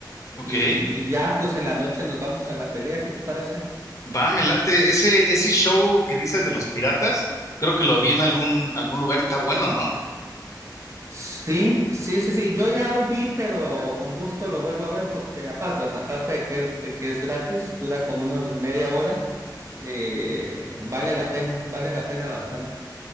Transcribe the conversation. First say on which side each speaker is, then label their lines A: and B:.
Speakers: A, on the left; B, on the right.
A: Ok.
B: Y, y ya, pues en la noche nos vamos a la pelea, ¿qué te parece?
A: Va, me late. Ese, ese show que dices de los piratas, creo que lo vi en algún, algún lugar y está bueno, ¿no?
B: Sí, sí, sí, sí, yo ya lo vi, pero con gusto lo vuelvo a ver porque aparte, aparte de que es, de que es gratis, dura como una media hora, eh, vale la pena, vale la pena bastante.